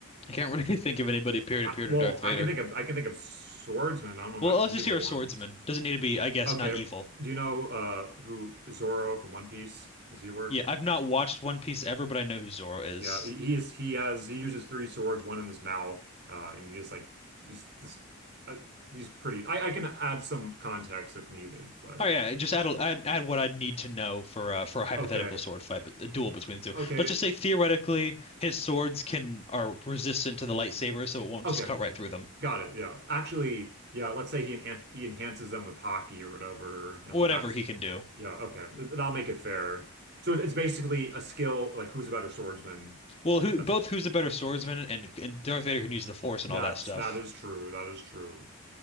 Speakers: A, on the left (about 25°); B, on the right (about 50°).
A: I can't really <laughs> think of anybody peer
B: I,
A: to peer
B: well,
A: to Darth Vader.
B: I can think of I can think of swordsmen. I don't know
A: Well,
B: about
A: let's
B: evil
A: just hear
B: ones.
A: a swordsman. Doesn't need to be, I guess,
B: Okay.
A: not evil.
B: Do you know uh who Zoro from One Piece? Does he work?
A: Yeah, I've not watched One Piece ever, but I know who Zoro is.
B: Yeah, he, he is he has he uses three swords, one in his mouth, uh, and he is like he's this uh, he's pretty. I, I can add some context if needed, but
A: Oh yeah, just add, a- add add what I'd need to know for uh, for a hypothetical
B: okay,
A: sword fight, but a duel between the
B: okay,
A: two. Let's just say theoretically his swords can are resistant to the lightsaber, so it won't
B: okay,
A: just cut right through them.
B: got it. Yeah, actually, yeah. Let's say he enhan- he enhances them with hockey or whatever, and
A: Whatever
B: that's
A: he can do.
B: yeah, okay. Th- That'll make it fair. So it's basically a skill like who's a better swordsman.
A: Well, who
B: That's
A: both who's a better swordsman and, and Darth Vader can use the Force and
B: that's
A: all that stuff.
B: that is true. That is true.